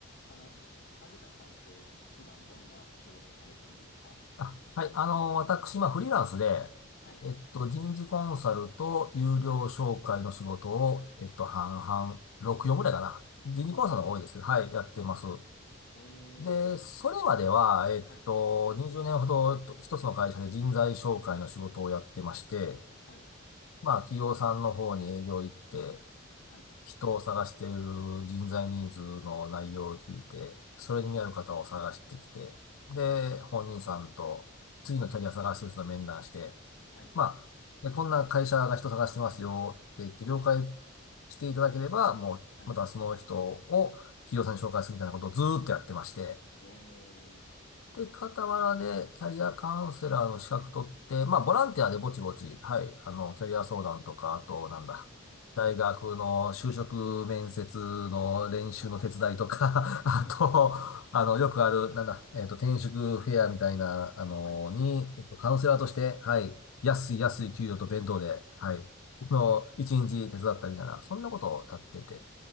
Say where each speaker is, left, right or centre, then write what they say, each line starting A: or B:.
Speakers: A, on the left; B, on the left.
A: あの、アゲタさんって普段どんなお仕事されてるんですか
B: あ、はい。あの、私、今、フリーランスで、
A: はい、
B: えっと、人事コンサルと有料紹介の仕事を、
A: はい。
B: えっと、半々、6、4ぐらいかな。人事コンサルの方が多いですけど、
A: おー、
B: はい、やってます。
A: えー、
B: で、それまでは、えっと、
A: はい、
B: 20年ほどと一つの会社で人材紹介の仕事をやってまして、
A: はい、
B: まあ、企業さんの方に営業行って、
A: はい、
B: 人を探している人材ニーズの内容を聞いて、それに見合う方を探してきて、で、本人さんと次のキャリア探してる人と面談して、
A: はい、
B: まあ、で、こんな会社が人探してますよって言って了解していただければ、もう、
A: はい。
B: またその人を企業さんに紹介するみたいなことをずーっとやってまして、
A: え
B: で、傍らでキャリアカウンセラーの資格取って、まあ、ボランティアでぼちぼち、はい、あの、キャリア相談とか、あと、なんだ、
A: ー、えー、
B: 大学の就職面接の練習の手伝いとか、
A: あー、
B: <laughs> あと、
A: なるほど。
B: あの、よくある、なんだ、えっと、転職フェアみたいな、あの、
A: はい、
B: に、えっと、カウンセラーとして、はい、安い安い給料と弁当で、はい、の、一日手伝ったみたいな、そんなことをやってて